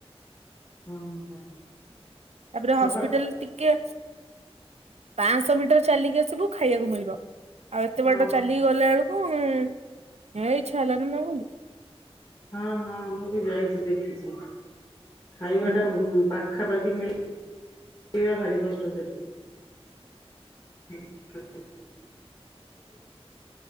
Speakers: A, on the left; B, on the right.
A: ହଁ।
B: ତାପରେ ହସ୍ପିଟାଲ
A: ସକାଳ
B: ଟିକେ ପାଞ୍ଚଶହ ମିଟର ଚାଲିକି ସବୁ ଖାଇବାକୁ ମିଳିବ ଆଉ ଏତେ
A: ହଁ
B: ବାଟ ଚାଲି ଗଲାବେଳକୁ ହୁଁ ହେ ଇଚ୍ଛା ହେଲାଣି ମ
A: ହଁ ହଁ ମୁଁ ବି ଯାଇଛି ଦେଖିଛି ଖାଇବା
B: ହୁଁ
A: ଟା ପାଖାପାଖି ମିଳେ କି ଭାରି କଷ୍ଟ ସେଠୁ <unintelligible>